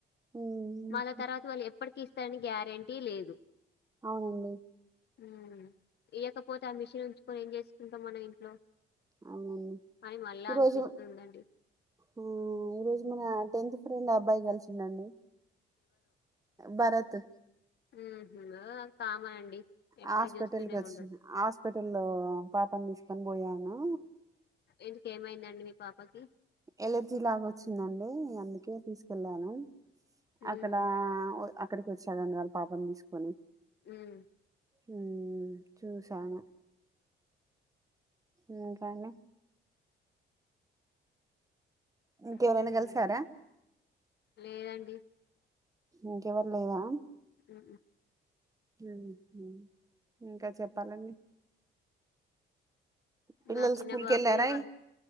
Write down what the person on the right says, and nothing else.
ఉమ్,
ఔనండి
అవునండి
ఈరోజు
ఆ ఈరోజు మనం ఆ టెన్త్ ఫ్రెండ్ అబ్బాయి కలిసిండండి భరత్
హాస్పిటల్కి
ఓచ్చిన
హాస్పిటలో పాపని తిస్కొని పోయానా
ఎలర్జీ లాగొచ్చిందండి. అందుకే తీస్కెళ్ళాను
అక్కడా ఓ అక్కడ్కి ఓచ్చారండి వాళ్ పాపన్ తీస్కొని
హు మ్ చూసాను ఇంకానే ఇంకెవరైనా
కల్సారా
ఇంకేవల్ లేరా
మ్ హ్ ఇంకా చెప్పాలండి. పిల్లలు
స్కూల్
కి వెళ్ళారా